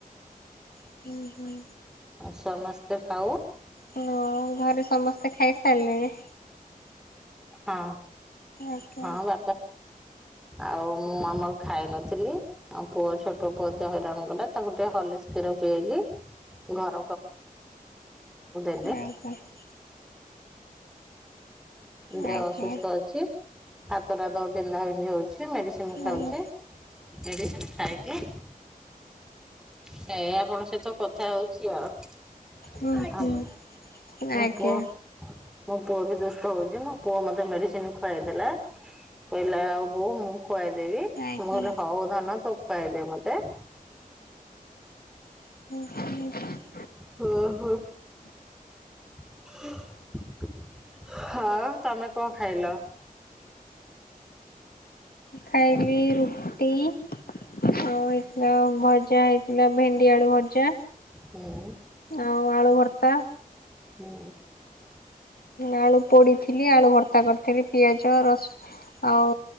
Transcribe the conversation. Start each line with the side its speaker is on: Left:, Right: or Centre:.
Left: ହୁଁ ହୁଁ
Centre: <inaudible> ସମସ୍ତେ ଖାଉ।
Left: ହଁ, ଘରେ ସମସ୍ତେ ଖାଇ ସାରିଲେଣି?
Centre: ହଁ,
Left: ଆଜ୍ଞା
Centre: ହଁ, <inaudible> ଆଉ ମୁଁ ଆମର ଖାଇନଥିଲି। ଆଉ ପୁଅ ଛୋଟ ପୁଅ ଯାହା ହଇରାଣ କଲା, ତାକୁ ଟିକେ ହର୍ଲିକ୍ସ କ୍ଷୀର ପିଆଇଲି। ଘର <inaudible>
Left: <unintelligible>
Centre: ଦେହ
Left: ଆଜ୍ଞା
Centre: ଅସୁସ୍ଥ ଅଛି। ହାତଟା ବିନ୍ଧାବିନ୍ଧି ହଉଛି, ମେଡିସିନ୍ ଖାଉଛି।
Left: ଆଜ୍ଞା
Centre: <inaudible> ମେଡିସିନ ଖାଇକି ଏଇଆ, ଆପଣଙ୍କ ସହିତ କଥା ହଉଛି ଆଉ।
Left: ହୁଁ
Centre: ଆଜି,
Left: ହୁଁ ଆଜ୍ଞା
Centre: ମୋ ପୁଅ, ମୋ ପୁଅ ବି ଦୁଷ୍ଟ ହଉଛି। ମୋ ପୁଅ ମତେ ମେଡିସିନ୍ ଖୁଆଇଦେଲା। କହିଲା, ଆଉ ବୋଉ ମୁଁ ଖୁଆଇଦେବି। ମୁଁ
Left: ଆଜ୍ଞା
Centre: କହିଲି, ହଉ ଧନ, ତୁ ଖୁଆଇଦେ ମତେ।
Left: <inaudible>
Centre: ହଁ, ହଁ। <inaudible> ତମେ କଣ ଖାଇଲ?
Left: ଖାଇଲି ରୁଟି, ଆଉ ହେଇଥିଲା ଭଜା ହେଇ ଥିଲା। ଭେଣ୍ଡି ଆଳୁ ଭଜା।
Centre: ହୁଁ।
Left: ଆଉ ଆଳୁ ଭର୍ତା।
Centre: ହୁଁ।
Left: ଆଳୁ ପୋଡିଥିଲି ଆଳୁ ଭର୍ତ୍ତା କରିଥିଲି, ପିଆଜ ରସ ଆଉ